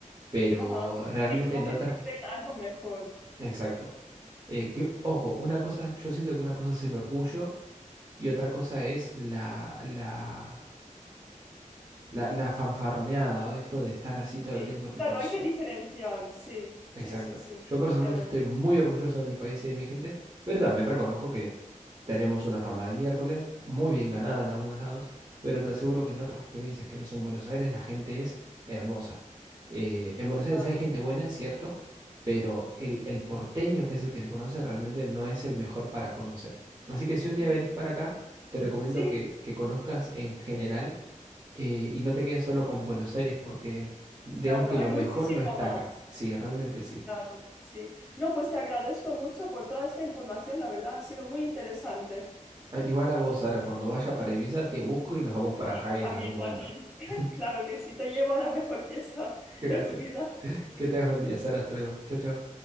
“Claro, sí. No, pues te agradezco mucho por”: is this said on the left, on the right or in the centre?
Centre